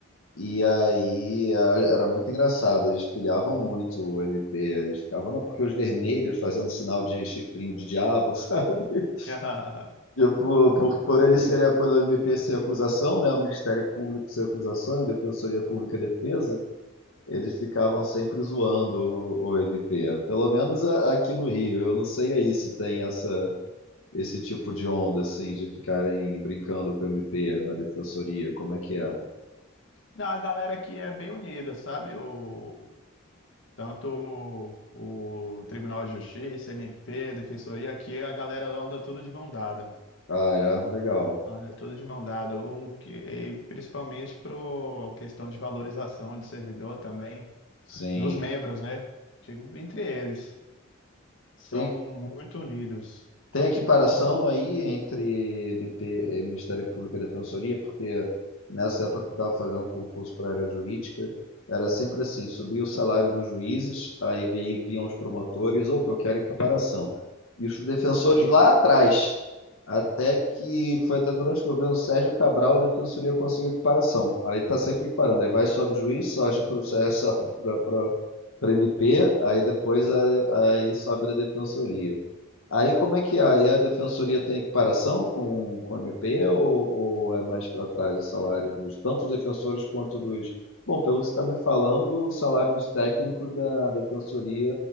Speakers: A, on the left; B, on the left.
A: E aí a- era muito engraçado, eles pilhavam muito o MP, eles ficavam, não, porque os vermelhos fazendo sinal de chifrinho de diabo, <laughs> sabe?
B: <laughs>
A: Tipo, por, por ele seria pelo MP ser acusação, né? O Ministério Público ser acusação, a Defensoria Pública defesa, eles ficavam sempre zoando o, o MP. Pelo menos a- aqui no Rio, eu não sei aí se tem essa esse tipo de onda assim de ficarem brincando com o MP na defensoria, como é que é?
B: Não, A galera aqui é bem unida, sabe? O, tanto o, o Tribunal de Justiça, MP, Defensoria, aqui a galera anda tudo de mão dada.
A: Ah, é, legal.
B: Anda tudo de mão dada, um, que- e principalmente por questão de valorização de servidor também,
A: Sim.
B: dos membros, né? Digo, Entre eles, são
A: Tem
B: muito unidos.
A: Tem equiparação aí entre MP, eh, Ministério Público e Defensoria, porque nessa época que eu estava fazendo concurso para a área jurídica, era sempre assim, subia o salário dos juízes, aí vi- vinham os promotores, opa, eu quero equiparação. E os defensores lá atrás, até que foi até durante o governo Sérgio Cabral, a Defensoria conseguiu equiparação. Aí está sempre equiparando, aí vai, sobe o juiz, sobe para o <laughs> sobe para MP, aí depois a- aí sobe da Defensoria. Aí como é que é? Aí a defensoria tem equiparação com, com o MP ou, ou é mais para trás o salário dos tanto dos defensores quanto dos. Bom, pelo que você está me falando, o salário dos técnicos da defensoria